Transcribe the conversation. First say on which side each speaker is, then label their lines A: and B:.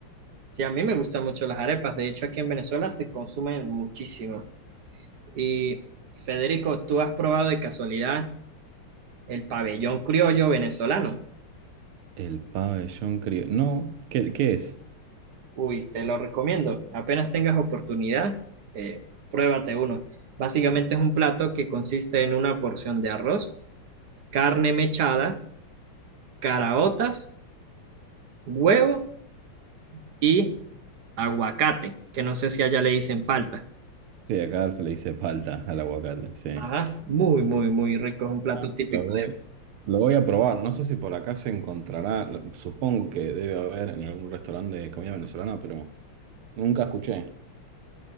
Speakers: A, on the right; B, on the right.
A: Sí, a mí me gustan mucho las arepas, de hecho aquí en Venezuela se consumen muchísimo. Y Federico, ¿tú has probado de casualidad el pabellón criollo venezolano?
B: El pabellón criollo. No, ¿qué, qué es?
A: Uy, te lo recomiendo. Apenas tengas oportunidad, eh, pruébate uno. Básicamente es un plato que consiste en una porción de arroz, carne mechada, caraotas, huevo y aguacate, que no sé si allá le dicen palta.
B: Sí, acá se le dice palta al aguacate, sí.
A: Ajá, muy, muy, muy rico. Es un plato
B: Ah,
A: típico.
B: Lo voy, lo voy a probar. No sé si por acá se encontrará, lo- supongo que debe haber en algún restaurante de comida venezolana, pero nunca escuché.